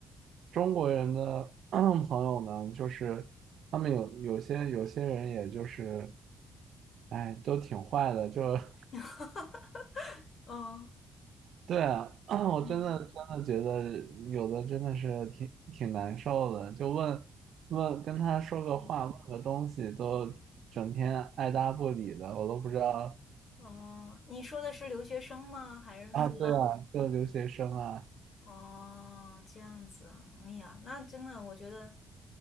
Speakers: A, on the right; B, on the left.
A: 中国人的 <clears throat> 朋友呢，就是他们有有些有些人也就是。哎，都挺坏的，就 <laughs>
B: <laughs> 哦，
A: 对啊，<clears throat> 我真的真的觉得有的真的是挺挺难受的，
B: 嗯
A: 就问问跟他说个话，
B: 嗯，嗯
A: 问个东西，都整天爱答不理的，我都不知道
B: 哦，你说的是留学生吗？还是说？
A: 啊。对啊，就留学生啊，
B: 哦，这样子啊，哎呀，那真的，我觉得